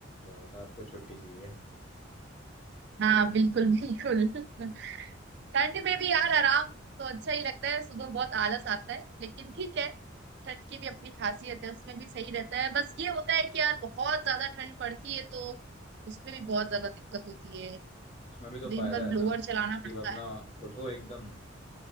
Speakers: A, on the left; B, on the right.
A: बस आपको छुट्टी चाहिए
B: हाँ बिल्कुल बिल्कुल <laughs> ठंड में भी यार आराम तो अच्छा ही लगता है सुबह बहुत आलस आता है लेकिन ठीक है ठंड की भी अपनी खासियत है उसमें भी सही रहता है बस ये होता है कि यार बहुत ज्यादा ठंड पड़ती है तो उसमें भी बहुत ज्यादा दिक्कत होती है
A: <laughs> उसमें भी तो
B: दिन
A: फायदा
B: भर
A: है ना
B: ब्लोअर चलाना पड़ता
A: कि अपना
B: है
A: उठो एकदम